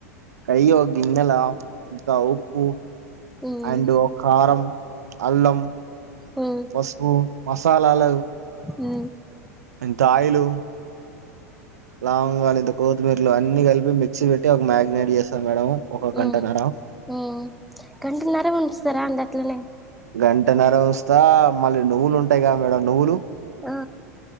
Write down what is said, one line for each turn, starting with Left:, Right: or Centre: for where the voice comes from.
Right: అయ్యి ఓ గిన్నెల ఇంకా ద ఉప్పు
Centre: మ్మ్
Right: అండ్ ఒ కారం అల్లం
Centre: మ్మ్
Right: పసుపు మసాలాల
Centre: ఉ
Right: ఇంత ఆయిలు లాంగాలు ఇంత కొత్తిమీరలు అన్ని కలిపి మిక్సీ పెట్టి ఒక మ్యాగినేట్ జేస్తాం మేడం ఒక గంటన్నర
Centre: ఓ ఓ గంటన్నర ఉంచుతారా అండి అట్లనే
Right: గంట నర్ర వుంచుత మళ్ళీ నువ్వులు ఉంటాయి కదా మేడం నువ్వులు
Centre: ఆ